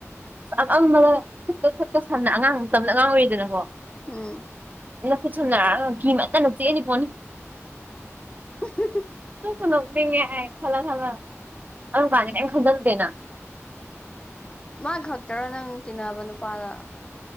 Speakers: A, on the right (about 35°); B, on the left (about 20°).
A: ꯑ ꯑꯞꯑꯝꯕꯅ ꯈꯨꯠꯀ ꯈꯨꯠꯀ ꯁꯝꯅ ꯑꯉꯥꯡ ꯃꯇꯝꯗ ꯑꯉꯥꯡ ꯑꯣꯏꯔꯤꯗꯅꯀꯣ
B: ꯎꯝ
A: ꯅꯀꯤ ꯁꯨꯅꯔꯛꯒ ꯤꯃꯠꯇꯅ ꯆꯦꯅꯤ ꯄꯣꯅꯤ
B: <unintelligible>
A: ꯀꯗ ꯄꯉꯦ ꯈꯜꯂ ꯈꯜꯂ ꯑꯗꯨ ꯀꯥꯟꯅꯤ ꯑꯩ ꯈꯟꯖꯟꯗꯦꯅ
B: ꯃꯥ ꯈꯛꯇꯔ ꯅꯪ ꯇꯤꯟꯅꯕ ꯅꯨꯄꯥꯗ